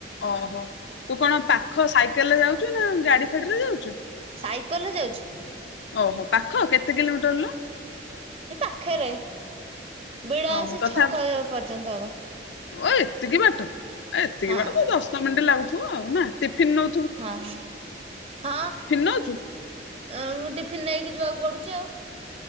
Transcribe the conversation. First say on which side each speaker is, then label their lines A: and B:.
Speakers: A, on the left (about 75°); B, on the right (about 35°).
A: ଓହୋ ତୁ କଣ ପାଖ ସାଇକେଲ୍ ରେ ଯାଉଚୁ ନାଁ ଗାଡ଼ି ଫାଡି଼ରେ ଯାଉଚୁ?
B: ସାଇକଲ ରେ ଯାଉଚି।
A: ଓହୋ ପାଖ କେତେ କିଲୋମିଟର୍ ଲୋ?
B: ଏ ପାଖରେ ବିଡା
A: ଓହୋ
B: ସେ
A: ତଥାପି
B: ଛକ ପର୍ଯ୍ୟନ୍ତ ହବ।
A: ଓ ଏତିକି ବାଟ ଏତିକି
B: ହଁ
A: ବାଟ ତ ଦଶ ମିନିଟ ଲାଗୁଥିବ ଆଉ ନା ଟିଫିନ ନଉ
B: ହଁ ହଁ
A: ନଉଛୁ?
B: ହଁ ଉ ଟିଫିନ ନେଇକି ଯିବାକୁ ପଡୁଚି ଆଉ।